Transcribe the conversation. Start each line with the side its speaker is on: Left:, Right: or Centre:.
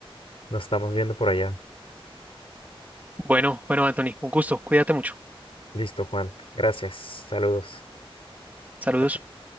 Left: nos estamos viendo por allá.
Right: Bueno, bueno, Anthony, un gusto. Cuídate mucho.
Left: Listo, Juan. Gracias. Saludos.
Right: Saludos.
Left: Chao, chao.